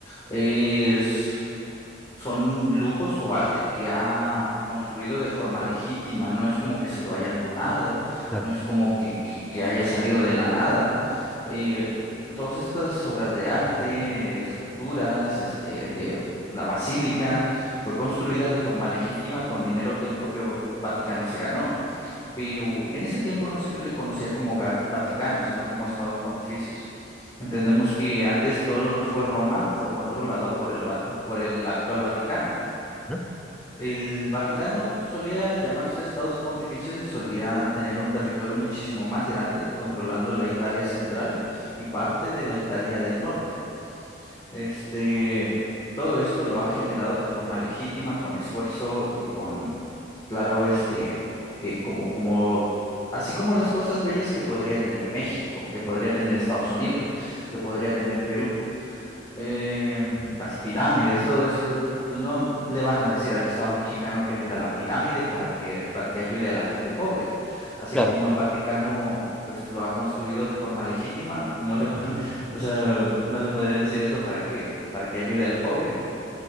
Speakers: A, on the left; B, in the centre.
A: es son lujos o arte que ha construido de forma legítima, no es como que se lo hayan donado,
B: Claro.
A: no es como que, que- que haya salido de la nada. Eh, todas estas obras de arte, esculturas, este, eh, la basílica, fue construida de forma legítima con dinero que el propio Vaticano se ganó pero en ese tiempo no se le conocía como Ga- Vaticano, sino como Estados Pontificios. Entendemos que antes todo lo que fue Roma fue controlado por el, Vat- por el actual Vaticano.
B: ¿no?
A: El Vaticano solía llamarse Estados Pontificios y solía tener un territorio muchísimo más grande, controlando la Italia central y parte de la Italia del norte. Este, todo esto lo ha generado de forma legítima, con esfuerzo y con, claro, este, eh, como, como, así como las cosas bellas que podría tener México, que podría tener Estados Unidos, que podría tener Perú em, las pirámides, todo eso, pues no le van a decir al Estado mexicano que venda la pirámide para que, para que ayude a la gente pobre. Así
B: Claro.
A: como el Vaticano, pues lo ha construido de forma legítima, no le, po- <laughs> o sea, no le podrían decir eso para que, para que ayude al pobre.